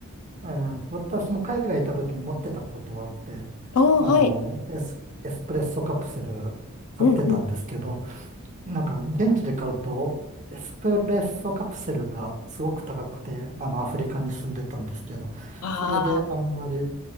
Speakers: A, on the right (about 35°); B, on the left (about 80°).
A: えー私も海外行った時に持ってたことはあって、
B: ああ、
A: あの、
B: はい。
A: エス、エスプレッソカプセル買ってたんですけど、
B: うん、うん、
A: なんか現地で買うと、エスプレッソカプセルがすごく高くて、あの、アフリカに住んでたんですけど、
B: ああ、
A: それであんまり